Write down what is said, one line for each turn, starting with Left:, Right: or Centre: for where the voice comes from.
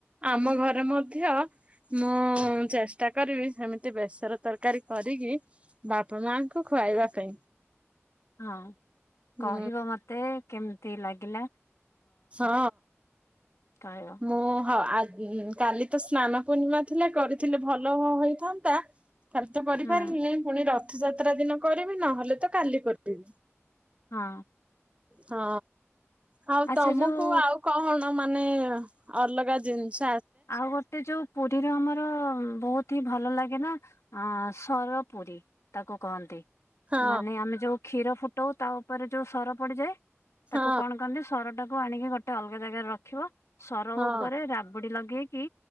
Right: ଆମ ଘର୍ ରେ ମଧ୍ୟ ମୁଁ ଉଁ ଉଁ ଚେଷ୍ଟା କରିବି ସେମିତି ବେସର ତରକାରୀ କରିକି ବାପା ମାଙ୍କୁ ଖୁ ଖୁଆଇବା ପାଇଁ।
Left: ହଁ
Right: ହୁଁ
Left: କହିବ ମତେ କେମତି ଲାଗିଲା।
Right: ହଁ
Left: କହିବ
Right: ମୁଁ ହଁ ଆ ଉଁ କାଲି ତ ସ୍ନାନ ପୂର୍ଣ୍ଣିମା ଥିଲା କରିଥିଲେ ଭଲ ହୋ ହେଇଥାନ୍ତା। କାଲି ତ କରିପାରିଲିନି
Left: ହୁଁ
Right: ପୁଣି ରଥଯାତ୍ରା ଦିନ କରିବି ନହେଲେ ତ କାଲି କରିଦେବି।
Left: ହଁ।
Right: ହଁ ଆଉ
Left: ଆଚ୍ଛା
Right: ତମକୁ
Left: ଯୋଉ
Right: ଆଉ କହଣ ଆ ମାନେ ଅଲଗା ଜିନଷ
Left: ଆଉ ଗୋଟେ ଯୋଉ ପୁରୀର ଆମର ର ବହୁତ ହି ଭଲ ଲାଗେ ନା ଅଁ ସର ପୁରୀ ତାକୁ କହନ୍ତି।
Right: ହଁ
Left: ମାନେ ଆମେ ଯୋଉ କ୍ଷୀର ଫୁଟଉ ତା ଉପରେ ଯୋଉ ସର ପଡିଯାଏ।
Right: ହଁ
Left: ତାକୁ କଣ କରନ୍ତି ସର ଟାକୁ ଆଣିକି ଗୋଟେ ଅଲଗା ଜାଗାରେ ରଖିବ। ସର
Right: ହଁ
Left: ଉପରେ ରାବୁଡି ଲଗେଇ ଗେଇକି